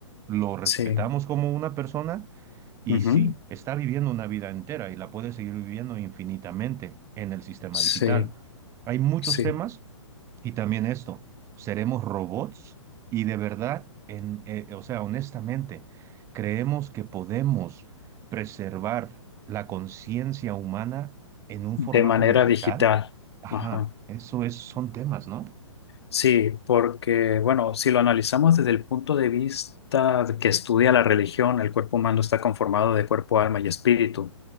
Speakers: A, on the right; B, on the left.
A: ¿Lo respetamos
B: Sí.
A: como una persona? Y
B: Ujú.
A: sí, está viviendo una vida entera y la puede seguir viviendo infinitamente en el sistema
B: Sí.
A: digital. Hay muchos
B: Sí.
A: temas y también esto, ¿seremos robots? Y de verdad, en, eh, o sea, honestamente, ¿creemos que podemos preservar la conciencia humana en un
B: De
A: formato
B: manera
A: digital?
B: digital.
A: Ajá,
B: Ajá.
A: eso es, son temas, ¿no?
B: Sí, porque, bueno, si lo analizamos desde el punto de vista de que estudia la religión, el cuerpo humano está conformado de cuerpo, alma y espíritu.